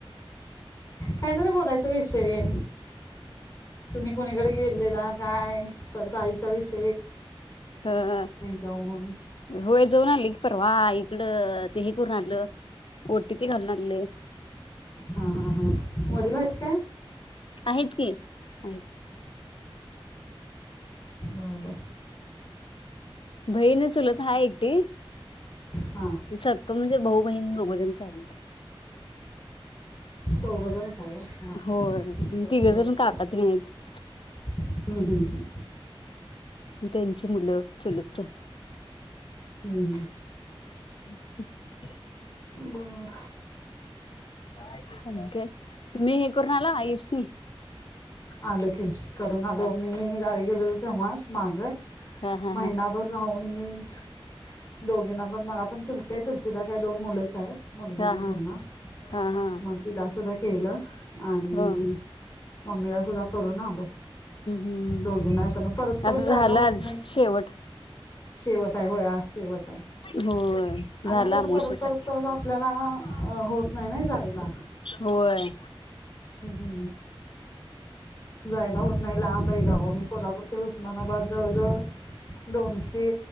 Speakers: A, on the left; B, on the left.
A: कायतरी बोलायचा विषय तुम्ही कोणीकडे गेलेला काय परत आईचा विष
B: ह
A: जाऊन
B: होय जाऊन आली की परवा आई कड ते हे करून आलं ओ टी. पी घालून आली.
A: हा हा हा वडील आहेत का.
B: आहेत की आहेत.
A: बा बार.
B: बहीण चुलत हा एकटी
A: हां
B: सक्क म्हणजे बऊ बहीण दगोजनचा आहे आम्ही.
A: चौघे जण. ह
B: होय
A: बर
B: तिघ
A: बर
B: जण काका
A: बर.
B: तेन आहेत
A: हम्म हम्म हम्म.
B: त्यांची मुलं चलतच
A: हम्म हम्म.
B: <unintelligible>
A: बर.
B: <unintelligible> तुम्ही हे करून आला आईस नी
A: आल की करून आलो
B: हा
A: मी गावी लं तेव्हाच माग
B: हा हा
A: महिनाभर
B: हा
A: राहुण हम्म दोघिना मला पण चुकत्याच चुलतीला काय दोन मुलाच मुलगी
B: हा
A: नाही
B: हा
A: त्यांना
B: हा हा
A: मग तिला सुद्धा केलं. आणि
B: हो हम्म
A: ममीला सुद्धदा करून न आलो
B: हम्म
A: दोघीना परत परत
B: आता
A: जायला
B: झालं
A: होत
B: आज
A: नाही
B: शेवट
A: शेवट आहे होयआज शेवट आहे
B: होय झाला
A: आणि कसं
B: अमावश्याचा
A: परत परत परत आपल्याला होत नाही ना जायला
B: होय
A: हम जायला हो नाही लांब आहे गाव हे कोल्हापूर ते उस्मानाबाद जवळजवळ दोनशे